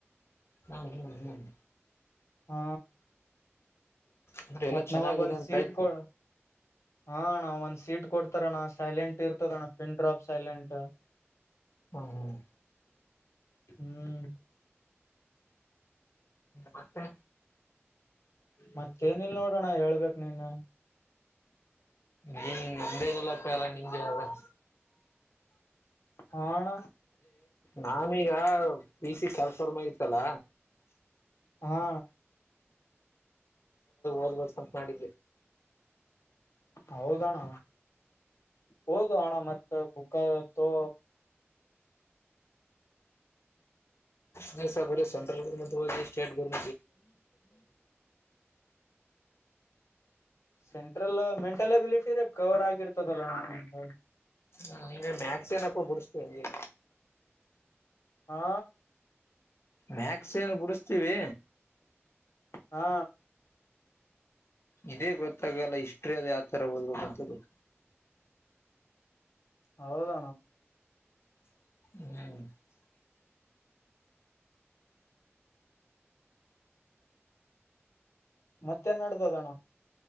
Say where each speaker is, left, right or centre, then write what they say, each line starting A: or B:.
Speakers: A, on the left; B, on the left.
A: ಹಾ ಹ್ಮ್ ಹ್ಮ್
B: ಹಾ
A: ಅಂದ್ರೆ ಎಲ್ಲ
B: ಮತ್ತತ್
A: ಚೆನ್ನಾಗಿದೆ
B: ನಮಗ್ ಒಂದ್
A: ಅಂತ
B: ಸೀಟ್
A: ಆಯ್ತು
B: ಕೊ ಹ ನಾ ಒಂದ್ ಸೀಟ್ ಕೊಡ್ತ ಇತಣ್ಣ ಸೈಲೆಂಟ್ ಇರ್ತದ ಅಣ್ಣ ಪಿನ್ ಡ್ರಾಪ್ ಸೈಲೆಂಟ್
A: ಹ್ಮ್ ಹ್ಮ್
B: ಹ್ಮ್
A: ಮತ್ತೆ
B: ಮತ್ತೇನಲ್ ನೋಡೋಣ ಹೇಳ್ಬೇಕಕ್ ನೀನ್
A: ನೀನ್ ನ್ದೇನಲ್ಲಪ್ಪ ಅಲ್ಲ ನಿಮಗೆ ಅ
B: ಹಣ
A: ನಾನೀಗ ಪಿ ಸಿ ಕಲ್ಫರ್ಮ್ ಆಗಿತ್ತಲ್ಲ
B: ಹಾ
A: ಓದ್ಬ ಮಾಡೆ
B: ಹೌದಣ ಹೌದು ಅಣ ಮತ್ತ ತ
A: ನ ಸಾ ಅರ ಸೆಂಟ್ರಲ್ ಗರ್ ಸ್ಟೇಟ್ ಗರ್
B: ಸೆಂಟ್ರಲ್ ಮೆಂಟಲ್ ಅಬಿಲಿಟಿ ರ ಕವರ್ ಆಗಿರ್ತದಲ್ಲ ನಂದು
A: ಹ ನಿಗೆ ಮ್ಯಾಕ್ಸ ಏನಪ್ಪ ಬಿುಡಿಸತೀಗ
B: ಹಾ
A: ಮ್ಯಾಕ್ಸ ಏನು ಬುಡಸ್ತೀವಿ
B: ಹಾ
A: ಇದೇ ಗೊತ್ತಾಗಲ್ಲ ಹಿಸ್ಟ್ರಿ ಅದ ಯಾವ ತರ ಒದಬೇಕಂತ ಗೊತ್ತ
B: ಹೌದಣ್ಣ
A: ಹ್ಮ್
B: ಮತ್ತೆನ್ಡ್ದ ಅದಣ್ಣ